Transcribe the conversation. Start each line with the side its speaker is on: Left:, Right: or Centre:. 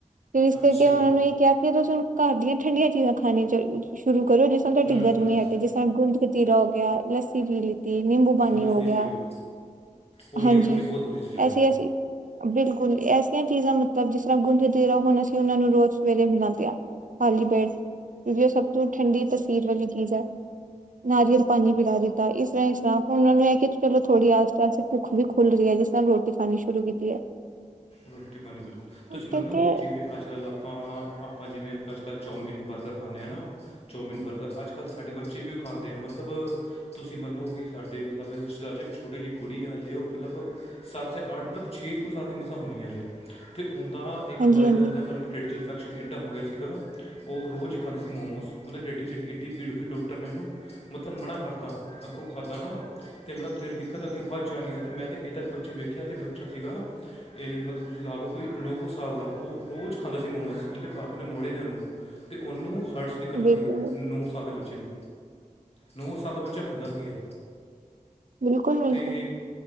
Right: ਫੇਰ ਏਸ
Left: ਅੱਛਾ
Right: ਕਰਕੇ ਓਨਾਂ ਨੂੰ ਏ ਕਿਆ ਕੀ ਤੁਸੀਂ ਹੁਣ ਘਰ ਦੀਆਂ ਠੰਡੀਆਂ ਚੀਜ਼ਾਂ ਖਾਣੀਆਂ 'ਚ ਸ਼ੁਰੂ ਕਰੋ। ਜਿਸ ਤਰ੍ਹਾਂ ਤੁਆਡੀ
Left: ਹੂੰ
Right: ਗਰਮੀ
Left: ਹੂੰ
Right: ਅਟੇ, ਜਿਸ ਤਰ੍ਹਾਂ ਗੁੰਦ ਕਤੀ ਕਤੀਰਾ ਹੋ ਗਿਆ, ਲੱਸੀ ਪੀ ਲੀਤੀ, ਨਿੰਬੂ ਪਾਣੀ
Left: ਲੱਸੀ
Right: ਓ ਗਿਆ।
Left: ਪੀ ਲਓ ਉਹ ਲੀਵਰ
Right: ਹਾਂਜੀ,
Left: ਲਈ ਬਹੁਤ ਵਧੀਆ ਚੀਜ਼ਾਂ ਹੈ
Right: ਐਸੀ- ਐਸੀ। ਬਿਲਕੁਲ ਐਸੀਆਂ ਚੀਜ਼ਾਂ ਮਤਲਬ ਜਿਸ ਤਰ੍ਹਾਂ ਗੁੰਦ ਕਤੀਰਾ, ਹੁਣ ਅਸੀਂ ਓਨਾਂ ਨੂੰ ਰੋਜ਼ ਸਵੇਰੇ ਮਿਲਾਂ ਦੇ ਆਂ। ਖਾਲੀ ਪੇਟ ਕਿਉਕਿ ਓ ਸਭ ਤੋਂ ਠੰਡੀ ਤਸੀਰ ਵਾਲੀ ਚੀਜ਼ ਆ। ਨਾਰੀਅਲ ਪਾਣੀ ਪਿਲਾ ਦਿੱਤਾ, ਇਸਰ੍ਹਾਂ ਇਸਰ੍ਹਾਂ ਹੁਣ ਓਨਾਂ ਨੂੰ ਐ ਕੀ ਚਲੋ ਥੋੜੀ ਆਸ ਪਾਸ ਭੁੱਖ ਵੀ ਖੁੱਲ ਰੀ ਐ ਜਿਸਰ੍ਹਾਂ ਰੋਟੀ ਰੋਟੀ ਖਾਣੀ ਸ਼ੁਰੂ ਕੀਤੀ। ਹੈ।
Left: ਰੋਟੀ ਪਾਣੀ ਬਿਲਕੁਲ, ਤੁਸੀਂ ਮੰਨੋਗੇ
Right: ਕਿਉਂਕਿ
Left: ਜਿਵੇਂ ਅੱਜ ਕੱਲ੍ਹ ਆਪਾਂ, ਆਪਾਂ ਜਿਵੇਂ ਅੱਜ ਕੱਲ੍ਹ ਚੌਮਿਨ ਬਰਗਰ ਖਾਂਣੇ ਆਂ ਨਾ। ਚੌਮਿਨ ਬਰਗਰ ਅੱਜ ਕੱਲ੍ਹ ਸਾਡੇ ਬੱਚੇ ਵੀ ਓ ਖਾਂਦੇ ਆ, ਮਤਲਬ। ਤੁਸੀਂ ਮੰਨੋ ਕੀ ਸਾਡੇ ਮਤਲਬ ਰਿਸ਼ਤੇਦਾਰ ਇੱਕ ਛੋਟੀ ਜੀ ਕੁੜੀ ਆ, ਹਾਲੇ ਓ ਮਤੜਲਬ ਸੱਤ ਜਾਂ ਅੱਠ ਮਲਬ ਛੇ ਕੁ ਸਾਲ ਦੀ ਮੱਸਾਂ ਹੋਣੀ ਅਜੇ, ਤੇ ਓੰਦਾ ਇੱਕ
Right: ਹਾਂਜੀ
Left: ਵਾਰੀ
Right: ਹਾਂਜੀ
Left: ਤਾਂ ਓਦਾ ਮਤਲਬ ਢੇਡ 'ਚ ਇਨਫੈਕਸ਼ਨ ਏਡਾ ਹੋ ਗਿਆ ਸੀਗਾ, ਓ ਰੋਜ਼ ਈ ਖਾਂਦੀ ਸੀ ਮੋਮੋਸ, ਓੰਦੇ ਢੇਡ 'ਚ ਏਡੀ ਭੀੜ ਹੋਈ ਡਾਕਟਰ ਨੇ ਓਨੂੰ ਮਤਲਬ ਮਨਾ ਕਰਤਾ, ਅੱਗੋਂ ਖਾਧਾ ਨਾ। ਤੇ ਮਤਲਬ ਤੇਰੀ ਦਿੱਕਤ ਅੱਗੇ ਵੱਧ ਜਾਣੀ, ਆ ਤੇ ਮੈਂ ਤੇ ਏਦਾਂ ਦੇ ਬੱਚੇ ਵੇਖੇ ਆ ਜੇ ਬੱਚਾ ਸੀਗਾ ਏ ਮਤਲਬ ਤੁਸੀਂ ਲਾ ਲਓ ਕੋਈ ਨੋ ਕੁ ਸਾਲ ਦਾ, ਓ ਰੋਜ਼ ਖਾਂਦਾ ਸੀ ਮੋਮੋਸ ਓਦੇ ਘਰ ਦੇ ਨੇ ਮੋੜੇ ਨੇ ਓਨੂੰ ਤੇ ਓਨੂੰ ਹਾਟ 'ਚ ਦਿੱਕਤ ਆ
Right: ਬਿਲਕੁਲ
Left: ਗੀ। ਨੌ ਸਾਲ ਸਾਲ ਦੇ ਬੱਚੇ ਨੂੰ, ਨੌ ਸਾਲ ਦਾ ਬੱਚਾ ਹੁੰਦਾ ਕੀ ਆ।
Right: ਬਿਲਕੁਲ-ਬਿਲਕੁਲ।
Left: ਤੇ